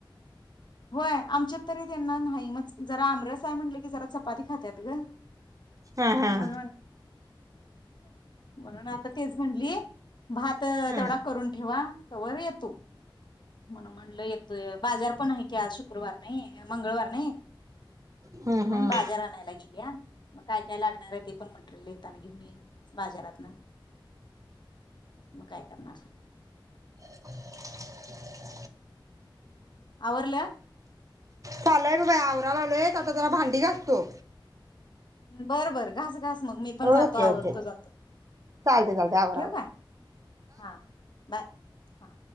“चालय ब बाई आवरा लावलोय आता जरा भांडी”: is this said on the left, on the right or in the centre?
Right